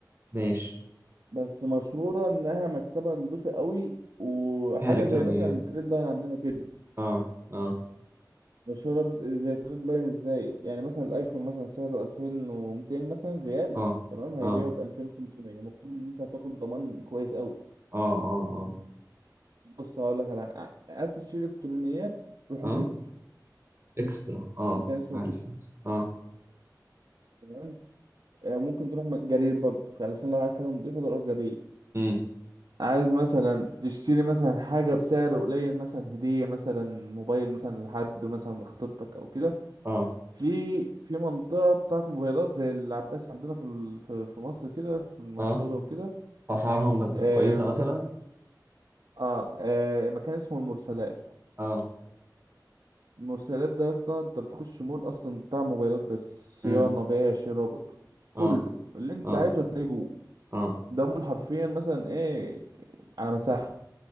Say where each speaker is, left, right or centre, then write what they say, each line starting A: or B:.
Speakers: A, on the right (about 35°); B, on the right (about 75°).
A: ماشي
B: بس مشهورة انها مكتبة نظيفة قوي وحاجة
A: فيها الكترونيات
B: زي مثلا تريد لاين عندنا كده
A: اه اه
B: مشهورة ب- زي تريد لاين ازاي يعني مثلا الايفون مثلا سعره 2200 مثلا ريال
A: اه
B: تمام هيبيعه
A: اه
B: ب 2500 مقابل ان انت هتاخد ضمان كويس قوي
A: اه اه اه
B: بص هقول لك على حاجة. عايز تشتري الكترونيات روح
A: اه
B: الكستر
A: اكسترا اه
B: مكان اسمه
A: عارف
B: كريستال
A: إكسترا. اه
B: تمام آه، ممكن تروح م- جرير برضو علشان لو عايز حاجة نضيفة تروح جرير
A: امم
B: عايز مثلا تشتري مثلا حاجة بسعر قليل مثلا هدية مثلا موبايل مثلا لحد مثلا لخطيبتك أو كده
A: اه
B: في في منطقة بتاعت موبايلات زي العباس عندنا في ال- في في مصر كده في المنصورة
A: اه
B: وكده
A: اسعارهم بت-
B: آه
A: كويسة
B: مكان
A: مثلا
B: آه, آه مكان اسمه المرسلات
A: اه
B: المرسلات ده أصلا أنت بتخش مول أصلا بتاع موبايلات بس
A: امم
B: صيانة بيع شراء كله
A: اه
B: اللي أنت
A: اه
B: عايزه هتلاقيه جوه
A: اه
B: ده مول حرفيا مثلا ايه على مساحة